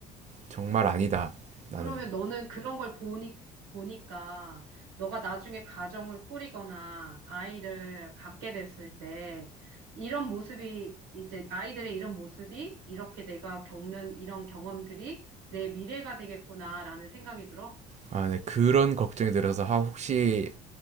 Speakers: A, on the right; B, on the right.
A: 정말 아니다. 나는
B: 그러면 너는 그런 걸 보니, 보니까 너가 나중에 가정을 꾸리거나 아이를 갖게 됐을 때 이런 모습이 이제 아이들의 이런 모습이 이렇게 내가 겪는 이런 경험들이 내 미래가 되겠구나라는 생각이 들어.
A: 아, 네, 그런 걱정이 들어서 아, 혹시